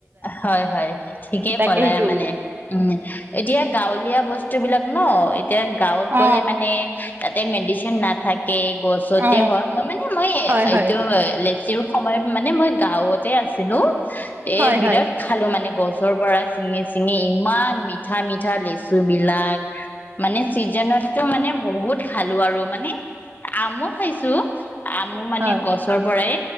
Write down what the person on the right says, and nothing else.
তাকে
সেইটো
অ
অ
হয় হয়
হয়
হয়
হয়